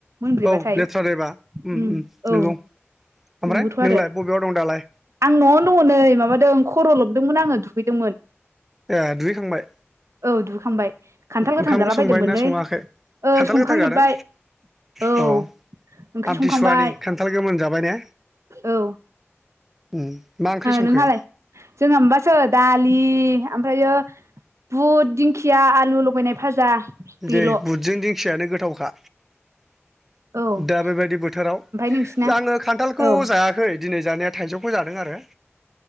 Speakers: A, on the right; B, in the centre.
A: मोनब्रेबाथाय
B: औ लेथ्राद्रायबा
A: उम
B: नंगौ
A: औ
B: ओमफ्राय
A: नंगौथ'
B: नोंलाय
A: आरो।
B: बबेयाव दं दालाय
A: आं न'वावनो दङ नै माबादों खर' लोबदोंमोन आङो दुगैदोंमोन।
B: ए दुगैखांबाय?
A: औ दुगैखांबाय खान्थाल गोथां
B: ओंखाम
A: जालाबायदोंमोनलै
B: ओंख्रि संबाय ना सङाखै
A: ओ
B: खान्थाल
A: संखांजोबबाय
B: गोथां जादों
A: औ।
B: अ
A: ओंख्रि
B: आमथिसुवानि
A: संखांबाय
B: खान्थाल गोमोन जाबाय ने
A: औ
B: उम मा ओंख्रि संखो
A: नोंहालाय जोंहा माबासो दालि ओमफ्रायो बुट दिंखिया आलु लगायनाय भाजा बेल'
B: दे
A: औ
B: बुदजों दिंखियानो गोथावखा
A: ओमफ्राय
B: दा बेबायदि बोथोराव
A: नोंसिना
B: आङो खान्थालखौ
A: औ
B: जायाखै दिनै जानाया थाइजौखौ जादों आरो